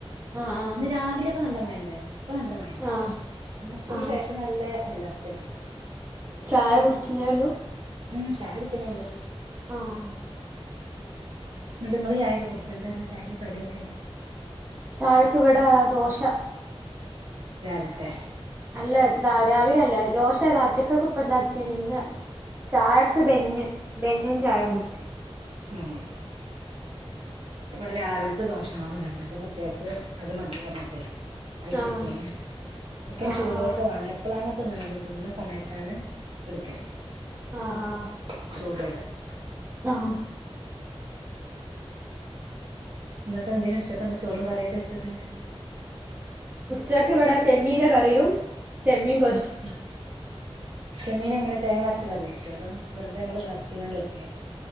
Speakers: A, on the right (about 20°); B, on the right (about 60°).
A: ആഹ് ആഹ്
B: ഇന്ന് രാവിലെക്കെ നല്ല മയണ്ടായിരുന്നു ഇപ്പൊ നല്ല മഴന്നുല്ല
A: ആഹ്
B: ഇന്ന് ഉച്ചയ്ക്ക്
A: ആഹ്
B: ശേഷം നല്ല ഒലർച്ചക്കെണ്ട്
A: ചായ കുടിക്കുന്നേള്ളൂ
B: ഉം ചായ കുടിക്കണൊള്ളൂ
A: ആഹ്
B: ന്നട്ട് ങ്ങള് ചായെക്കെ കുടിച്ചു എന്തായിരുന്നു ചായക്ക് കടിയൊക്കെ
A: ചായക്ക് ഇവടെ ദോശ
B: രാവിൽത്തെ
A: അല്ലാ ദാ രാവിലെല്ല ദോശ രാത്രിക്കൊക്കെ ഇപ്പണ്ടാക്കീണ് പിന്നെ ചായക്ക് ബെന്ന് ബെന്നും ചായേം കുടിച്ച്
B: ഊം ഇവിടെ രാവിലത്തെ ദോശമാവ്ണ്ടായിരുന്നു അപ്പൊ കുട്ടിയൾക്ക് അത് മതി പറഞ്ഞ്ട്ടെ അയിച്ചുട്ട
A: ആഹ്
B: ഒക്കെ
A: ആഹ്
B: ചൂടോട്ക്കെ
A: ആഹ്
B: വേണ അപ്പളാണ തിന്നണത് തിന്നണ സമയത്താണ് എടുക്കല്
A: ആ- ആ
B: <unintelligible>
A: ആഹ
B: ന്നിട്ട് എന്തേ ഉച്ചക്കെന്താ ചോറും കറിയൊക്കെ വെച്ചത്
A: ഉച്ചക്ക് വടെ ചെമ്മീന്റെ കറിയും ചെമ്മി പൊരി-
B: ഉം ചെമ്മീനെങ്ങനെ തേങ്ങ അരച്ച് കറി വെക്കേ അതോ വെർതെ ങ്ങള് വരട്ടിയാണ്ട് വെക്കെ